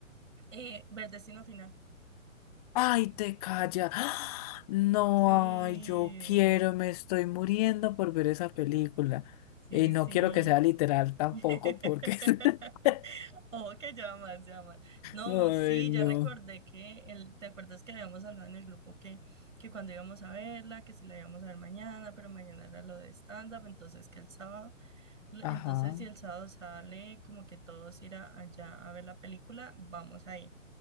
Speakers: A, on the right; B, on the left.
A: eh, ver Destino Final.
B: Ay, te calla. ¡Ah! No,
A: Sí,
B: ay, yo quiero, me estoy muriendo por ver esa película.
A: sí,
B: Y no
A: sí.
B: quiero que sea literal tampoco,
A: <laughs>
B: porque... <laughs>
A: Oh, que llamas, llamas. No,
B: Ay,
A: mo, sí,
B: no.
A: ya recordé que el, ¿te acuerdas que habíamos hablado en el grupo que, que cuando íbamos a verla, que si la íbamos a ver mañana, pero mañana era lo de stand-up, entonces que el sábado. L-
B: Ajá.
A: Entonces, si el sábado sale como que todos ir a- allá a ver la película, vamos a ir.